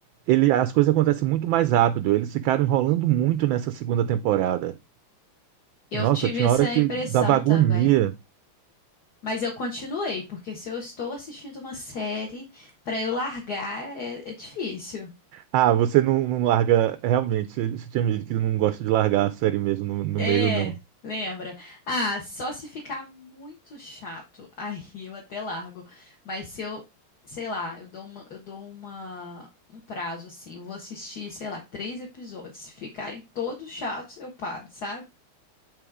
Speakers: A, on the right; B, on the left.
A: ele, as coisas acontecem muito mais rápido, eles ficaram enrolando muito nessa segunda temporada.
B: Eu
A: Nossa,
B: tive
A: tinha
B: essa
A: hora que
B: impressão
A: dava agonia.
B: também. Mas eu continuei, porque se eu estou assistindo uma série, para eu largar é, é difícil.
A: Ah, você não, não larga. Realmente, você, você tinha me dito que não gosta de largar a série mesmo no, no
B: É,
A: meio, não.
B: lembra? Ah, só se ficar muito chato, <laughs> aí eu até largo. Mas se eu, sei lá, eu dou uma, eu dou uma, um prazo assim, vou assistir, sei lá, três episódios. Se ficarem todos chatos, eu paro, sabe?